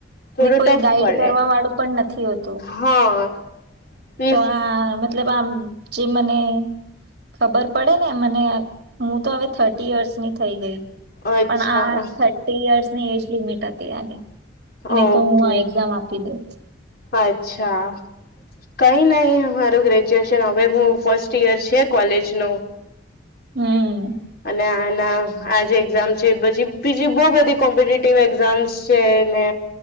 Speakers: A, on the left (about 55°); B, on the right (about 60°).
A: થોડું
B: ને કોઈ
A: ટફ
B: ગાઈડ
A: પડે
B: કરવા વાળું પણ નથી હોતું.
A: હા ઇફ
B: તો આ મતલબ આમ જે મને ખબર પડે ને મને હું તો હવે થર્ટી યર્સ ની થઈ ગઈ
A: અચ્છા
B: પણ આ થર્ટી ઈયરની એજ લિમિટ હતી આની નય
A: ઓકે
B: તો હું આ એક્ઝામ આપી દેત.
A: અચ્છા કઈ નઈ મારું ગ્રેજ્યુએશન હવે હું ફર્સ્ટ ઈયર છ કોલેજ નું
B: હમ
A: અને આના આ જે એક્ઝામ છે પછી બીજી બવ બધી કોમ્પિટેટિવ એક્ઝામ્સ છે ને